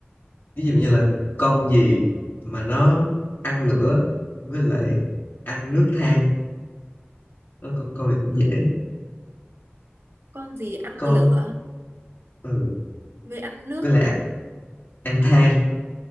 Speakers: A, on the left; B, on the right.
A: ví dụ như là con gì mà nó ăn lửa với lại ăn nước than Ờ, con con này cũng dễ
B: con gì ăn
A: con
B: lửa
A: ừ,
B: với ăn nước
A: với lại ăn, ăn than